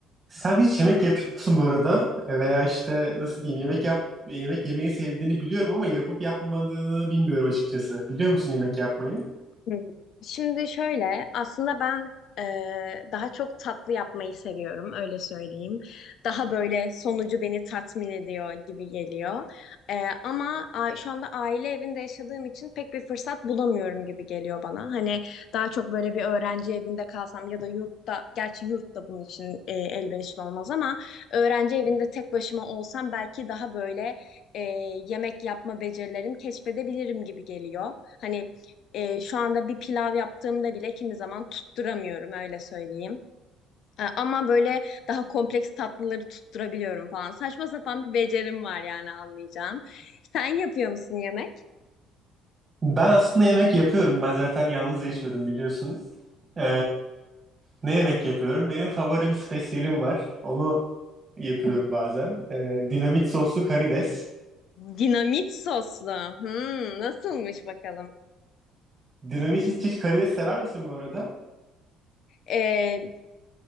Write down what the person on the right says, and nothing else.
Sen hiç yemek yapıyor musun bu arada? E, Veya işte nasıl diyeyim yemek yap yemek yemeyi sevdiğini biliyorum ama yapıp yapmadığını bilmiyorum açıkçası. Biliyor musun yemek yapmayı?
Ben aslında yemek yapıyorum. Ben zaten yalnız yaşıyorum biliyorsun. E, ne yemek yapıyorum? Benim favori bir spesiyelim var. Onu yapıyorum bazen. E, dinamit soslu karides.
Dinamit hiç, hiç karides sever misin bu arada?